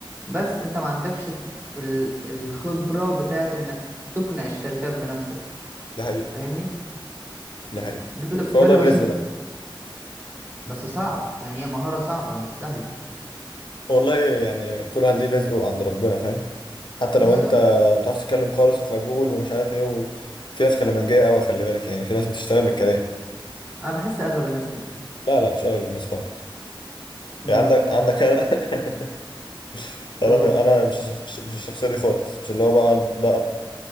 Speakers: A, on the right (about 25°); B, on the left (about 60°).
A: بس انت ما عندكش ال- الخبرة بتاعت انك تقنع الشركات بنفسك
B: ده حقيقي
A: فاهمني
B: ده حقيقي
A: ده اللي-
B: فهو
A: ده
B: ده
A: اللي
B: الرزق
A: بشوفه
B: بقى
A: بس صعب يعني هي مهارة صعبة مش سهلة
B: والله يعني كل واحد ليه رزقه عند ربنا فاهم حتى
A: بالظبط
B: لو انت ما بتعرفش تتكلم خالص وخجول ومش عارف ايه وفي ناس كلامنجية قوي خلي بالك يعني في ناس بتشتغل بالكلام
A: انا بحس اغلب الناس كده
B: لا لا مش اغلب الناس خالص
A: امم
B: يعني عندك عندك انا <laughs> انا
A: قول
B: م- انا مش الشخص- مش الشخصيه دي خالص مش اللي هو بقى بقى